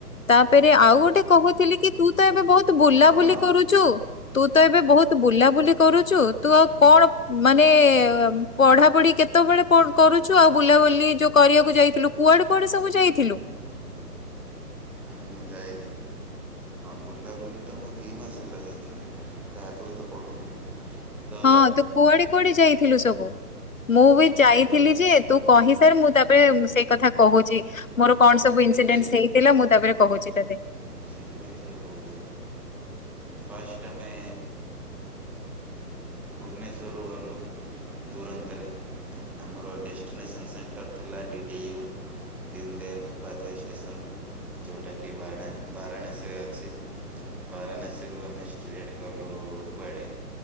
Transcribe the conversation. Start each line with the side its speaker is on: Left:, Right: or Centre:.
Left: ତାପରେ ଆଉ ଗୋଟେ କହୁ ଥିଲି କି ତୁ ତ ଏବେ ବହୁତ ବୁଲାବୁଲି
Centre: କଣ
Left: କରୁଛୁ। ତୁ ତ ଏବେ ବହୁତ ବୁଲାବୁଲି କରୁଛୁ ତୁ ଆଉ କଣ ମାନେ ପଢ଼ୁ ପଢ଼ା ପଢ଼ି କେତେବେଳେ କଣ କରୁଛୁ ଆଉ ବୁଲାବୁଲି ଯୋଉ କରିବାକୁ ଯାଇଥିଲୁ କୁଆଡ଼େ କୁଆଡ଼େ ସବୁ ଯାଇଥିଲୁ।
Centre: ଆମ ଯାଇ ବୁଲାବୁଲି ତ ମୁଁ ଦି ମାସ ହେଲା ଯାଇଛି ନା ତା ଆଗରୁ ତ ପଢ଼ୁଥିଲି। ତ
Left: ହଁ ତୁ କୁଆଡେ କୁଆଡେ ଯାଇଥିଲୁ ସବୁ ମୁଁ ବି ଯାଇଥିଲି
Centre: ବା-
Left: ଯେ ତୁ କହି ସାର୍ ମୁଁ ତାପରେ ସେଇ କଥା କହୁଛି ମୋର କଣ ସବୁ ଇନସିଡେନ୍ସ
Centre: ଦେଖ
Left: ହେଇଥିଲା ମୁଁ ତାପରେ କହୁଛି ତତେ।
Centre: ସିକ୍ୱେନ୍ସରେ କହୁଛେ ଫାଷ୍ଟ ଆମେ ଭୁବନେଶ୍ଵରରୁ ଗଲୁ ଦୁରନ୍ତରେ ଆମର ଡେଷ୍ଟିନେସନ୍ ସେଣ୍ଟର ଥିଲା D D U Deendayal Upadhyay station ଯେଉଁଟାକି ବାଡା ବାରାଣାସୀରେ ଅଛି। ବାରନାସୀରୁ ଆମେ ଷ୍ଟ୍ରେଟ ଗଲୁ କୁଆଡ଼େ